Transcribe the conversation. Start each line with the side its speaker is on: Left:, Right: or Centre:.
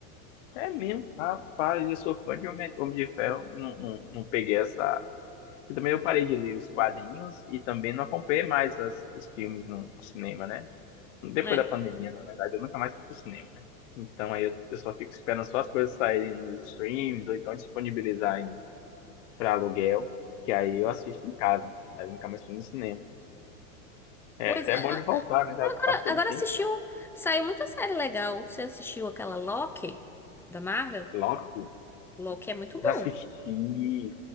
Left: é mesmo. Rapaz, eu sou fã de Homem, Homem de Ferro. Eu não, não, não peguei essa. Eu também eu parei de ler os quadrinhos e também não acompanhei mais as- os filmes no, no cinema, né? Depois
Centre: É.
Left: da pandemia, na verdade, eu nunca mais fui pro cinema, né? Então aí eu, eu só fico esperando só as coisas saírem nos streams ou então disponibilizarem para aluguel, que aí eu assisto em casa, mas nunca mais fui no cinema. É
Centre: Pois
Left: até
Centre: é.
Left: bom
Centre: a-
Left: de voltar, né? Já
Centre: Agora,
Left: passou
Centre: agora
Left: um tempo.
Centre: assistiu. Saiu muita série legal. Você assistiu aquela Loki da Marvel?
Left: Lógico,
Centre: Loki é muito bom.
Left: já assisti.